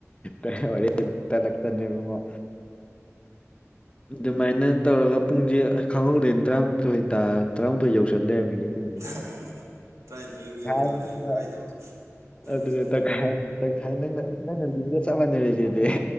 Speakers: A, on the left; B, on the right.
A: <unintelligible> ꯍꯣꯔꯦꯟ ꯇꯂꯛꯇꯅꯦ ꯏꯕꯨꯉꯣ ꯗꯨꯃꯥꯏꯅ ꯇꯧꯔꯒꯥ ꯄꯨꯡꯖꯦ ꯈꯪꯍꯧꯗꯦꯟ ꯇꯔꯥꯃꯥꯊꯣꯏ ꯇꯥ ꯇꯔꯥꯃꯥꯊꯣꯏ ꯌꯧꯁꯜ ꯂꯩꯔꯃꯦꯅꯦ ꯄꯨꯡ
B: <unintelligible> ꯇ꯭ꯔꯥꯏꯊꯣꯏꯕꯨ ꯌꯧꯗꯣꯔꯦ
A: ꯑꯃ
B: ꯌꯦꯡ
A: ꯑꯥ
B: ꯑꯩꯅ ꯅꯪꯅ
A: ꯑꯗꯨꯅꯦ
B: ꯁꯥꯏꯗꯣ
A: ꯇꯪꯈꯥꯏ ꯇꯪꯈꯥꯏ ꯅꯪꯅ ꯅꯪꯅ ꯂꯤꯗꯨꯒ ꯆꯞ ꯃꯥꯟꯅꯔꯦꯖꯦꯗꯦ <unintelligible>